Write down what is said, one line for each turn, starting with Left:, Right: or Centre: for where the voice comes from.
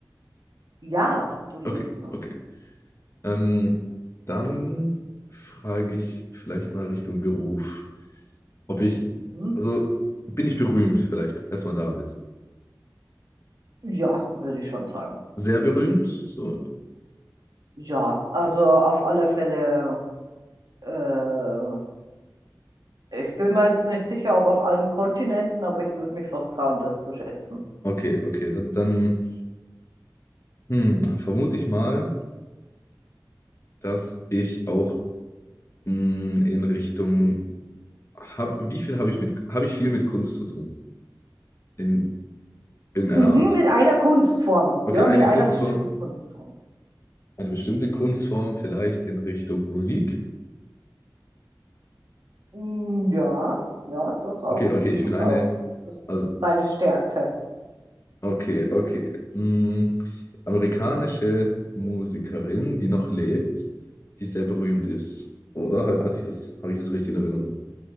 Right: Ja, du lebst
Left: Okay,
Right: noch.
Left: okay. Ähm, dann frage ich vielleicht mal Richtung Beruf. Ob ich.
Right: Mhm.
Left: Also, bin ich berühmt vielleicht? Erstmal damit.
Right: Ja, würde ich schon sagen.
Left: Sehr berühmt? So.
Right: Ja, also auf alle Fälle. Äh, ich bin mir jetzt nicht sicher, ob auf allen Kontinenten, aber ich würde mich fast trauen, das zu schätzen.
Left: Okay, okay. Dann, dann hm, vermute ich mal, dass ich auch hm, in Richtung. Hab, wie viel habe ich mit. Habe ich viel mit Kunst zu tun? In irgendeiner
Right: Mhm,
Left: Art.
Right: mit einer Kunstform.
Left: Okay,
Right: Ja,
Left: eine
Right: mit einer
Left: Kunstform,
Right: bestimmten Kunstform.
Left: eine bestimmte Kunstform vielleicht in Richtung Musik.
Right: Mm, Ja, ja, durchaus,
Left: Okay, okay, ich
Right: durchaus.
Left: bin eine,
Right: Das
Left: also,
Right: ist deine Stärke.
Left: okay, okay. mm, amerikanische Musikerin, die noch lebt, die sehr berühmt ist. Oder Ha- hatte ich das, habe ich das richtig in Erinnerung?